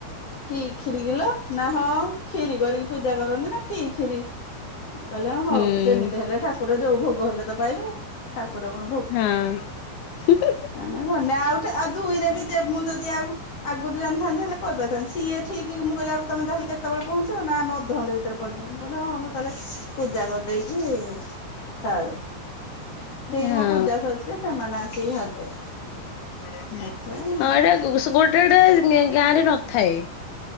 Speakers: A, on the left; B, on the left.
A: କି ଖିରି କିଲୋ ନା ହଁ ଖିରି କରିକି ପୂଜା କରନ୍ତି ନା କି ଖିରି। ମୁଁ କହିଲି ହଁ ହଉ
B: ହୁଁ।
A: ଯେମିତି ହେଲେ ଠାକୁର ଯୋଉ ଭୋଗ ହେଲେ ତ ପାଇବେ ଠାକୁର କଣ।
B: ହୁଁ ହୁଁ ହୁଁ।
A: ଏମିତି ହେଲେ ଆଉ ଟେ ଆଉ ଦୁଇରେ ବି ମୁଁ ଯଦି ଆଉ। ଆଗରୁ ଜାଣିଥାନ୍ତ ହେଲେ କରି ପାରିଥାନ୍ତି ସିଏ ଠିକ ମୁଁ କହିଲି ଆଉ ତମେ ତାହେଲେ କେ କେତେବେଳେ ପହଞ୍ଚିବ ନା ଆମେ ଅଧ ଘଣ୍ଟେ ଭିତରେ ପହଞ୍ଚିବୁ ମୁଁ କହିଲି ହଁ ମୁଁ ତାହେଲେ ପୂଜା କରିଦେଇକି। ସାରେ ଠିକ୍
B: ହଁ
A: ମୋ ପୂଜା ସରିଛି ସେମାନେ ଆସିକି ହାଜର।
B: ହଁ
A: ସେଥିପାଇଁ
B: ଏଇଟା ସ ଗୋଟେ ଏଟା ଗାଁରେ ନଥାଏ।